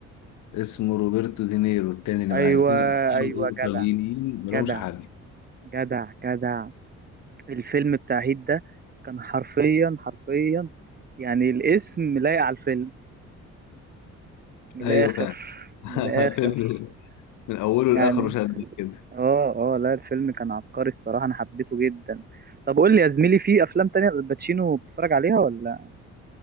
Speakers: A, on the left (about 80°); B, on the right (about 30°).
A: اسمه روبرتو دينيرو التاني اللي
B: ايوه
A: معاه الاتنين ابطال
B: ايوه
A: ايطاليين
B: جدع جدع
A: ملهمش حل
B: جدع جدع الفيلم بتاع هيت ده كان حرفيا حرفيا يعني الاسم لايق على الفيلم من
A: ايوه
B: الاخر
A: فعلا <laughs>
B: من الاخر
A: فيلم من اوله
B: يعني
A: لاخره شدك كده
B: اه اه لا الفيلم كان عبقري الصراحه انا حبيته جدا طب قول لي يا زميلي في افلام تانية الباتشينو بتتفرج عليها ولا